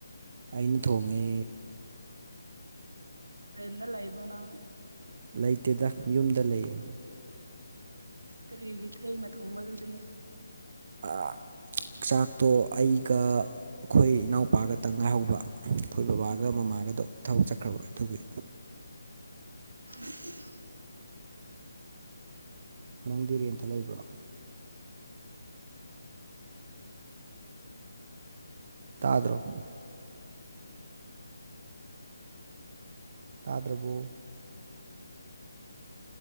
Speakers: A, on the right; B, on the right.
A: ꯑꯩꯅ ꯊꯣꯡꯉꯦ
B: ꯔꯦꯟꯠ ꯇꯥ ꯂꯥꯏꯕ꯭ꯔꯣ ꯅꯪ
A: ꯂꯩꯇꯦꯗ ꯌꯨꯝꯗ ꯂꯩꯌꯦ
B: ꯏꯁ ꯁꯀ꯭ꯔꯒꯤ ꯊꯦꯡꯅ ꯊꯣꯡꯕꯗꯨꯗꯤ
A: ꯑ <unintelligible> <inaudible> ꯆꯥꯛꯇꯣ ꯑꯩꯒ ꯑꯩꯈꯣꯏ ꯏꯅꯥꯎꯄꯥꯒꯇꯪ ꯉꯥꯏꯍꯧꯕ ꯑꯩꯈꯣꯏ ꯕꯕꯥꯒ
B: ꯑꯣ
A: ꯃꯃꯥꯒꯗꯣ ꯊꯕꯛ ꯆꯠꯈ꯭ꯔꯕ ꯑꯗꯨꯒꯤ
B: ꯎꯝ <unintelligible> <inaudible>
A: ꯅꯪ ꯗꯤ ꯔꯦꯟꯇ ꯂꯩꯕ꯭ꯔꯣ ꯇꯥꯗ꯭ꯔꯣ ꯇꯥꯗ꯭ꯔꯕꯣ